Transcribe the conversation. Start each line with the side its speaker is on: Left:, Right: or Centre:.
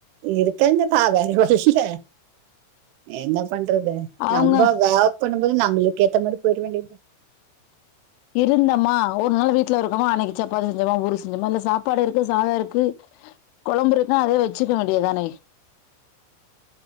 Right: இருக்காங்க தா வேற ஒன்னுயில்ல என்ன பண்றது
Left: அவங்க
Right: நம்ப வேர் பண்ணும்போது நம்பளுக்கு ஏத்த மாரி போயிடுவேண்டிதா
Left: இருந்தமா ஒரு நாள் வீட்ல இருக்கோமா அனைக்கி சப்பாத்தி செஞ்சோமா ஊரு செஞ்சோமா இல்ல சாப்பாடு இருக்கு சாத இருக்கு கொழம்பு இருக்கு அதே வெச்சிக்க வேண்டியதானே